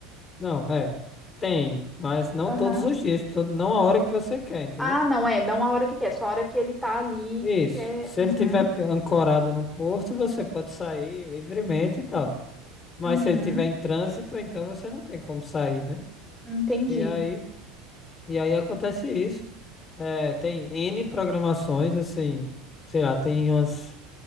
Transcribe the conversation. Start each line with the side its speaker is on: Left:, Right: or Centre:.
Left: Não, é. Tem, mas não
Centre: Aham.
Left: todos os dias, todo- não a hora que você quer, entendeu?
Centre: Ah, não é, não a hora que quer, só a hora que ele tá ali.
Left: Isso.
Centre: Que é...
Left: Se
Centre: uhum.
Left: ele tiver ancorado no porto, você pode sair livremente e tal. Mas
Centre: Uhum,
Left: se ele tiver em trânsito, então você não tem como sair, né?
Centre: entendi.
Left: E aí, e aí acontece isso. É, tem N programações, assim, sei lá, tem umas,